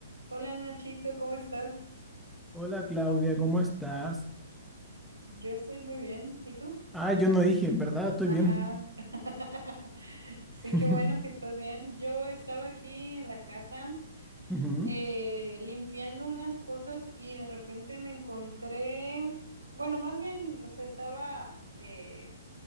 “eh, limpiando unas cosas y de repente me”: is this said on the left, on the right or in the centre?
Right